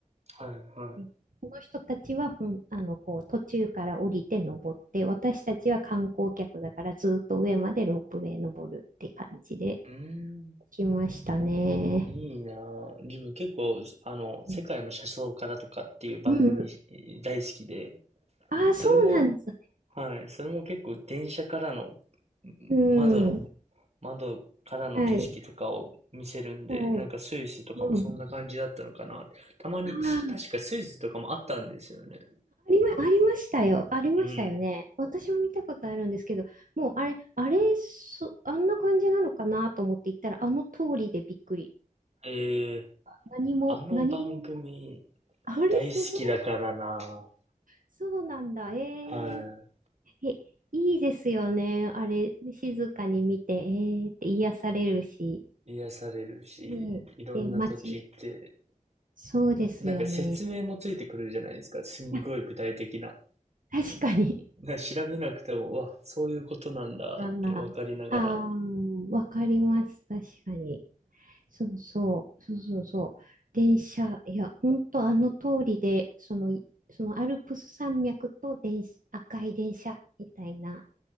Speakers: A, on the right (about 50°); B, on the right (about 75°).
A: はいはい。
B: でこの人たちはほん、あの、こう、途中から降りて登って、私たちは観光客だからずっと上までロープウェイ登るって感じで
A: うーん。
B: 来ましたね。
A: いいなぁ。自分結構、あの、世界の車窓からとかっていう番組
B: うんうん
A: 大好きで、
B: ああ、
A: それも、
B: そうなんです。
A: はい、それも結構電車からの、うん窓の、
B: うん。
A: 窓からの景色とかを見せるんで、
B: はい。はい。
A: なんかスイスとかもそんな感じだったのかな。
B: うん。
A: たまに、
B: ああ。
A: 確かスイスとかもあったんですよね。
B: ありま、ありましたよ。ありましたよね。
A: うん。
B: 私も見たことあるんですけど、もうあれ、あれ、そ、あんな感じなのかなと思って行ったら、あの通りでびっくり。
A: ええ
B: 何も、
A: あの番組
B: 何も、あれすごい。
A: 大好きだからな
B: そうなんだ。え
A: は
B: ー、え、いいですよね。あれ、静かに見て、えーって癒されるし。
A: い。癒されるし、
B: ねえ、
A: いろんな土地行って
B: で、街、そうですよね。
A: なんか説明もついてくるじゃないですか。すんごい具体的な。
B: いや確かに。
A: <laughs> な調べなくても、うわ、そういうことなんだってわかりながら。
B: ああ、ああ、わかります。確かに。そうそう、そうそうそう。電車、いや、本当あの通りで、その、いそのアルプス山脈と電車、赤い電車みたいな、